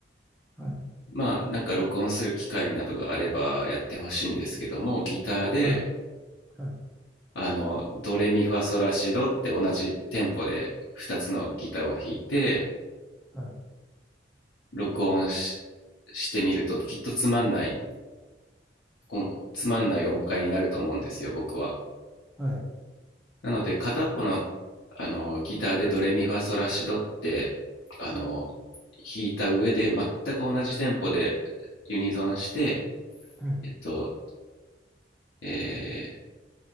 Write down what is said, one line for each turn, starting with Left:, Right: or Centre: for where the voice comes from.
Centre: はい。
Left: まあなんか録音する機会などがあればやってほしいんですけども、ギターで
Centre: はい。はい。
Left: あのドレミファソラシドって同じテンポで2つのギターを弾いて
Centre: はい。
Left: 録音ししてみるときっとつまんない音つまんない音階になると思うんですよ僕は。
Centre: はい。
Left: なので片っぽのあのギターでドレミファソラシドってあの弾いた上で全く同じテンポでユニゾンして、
Centre: はい
Left: えっとえ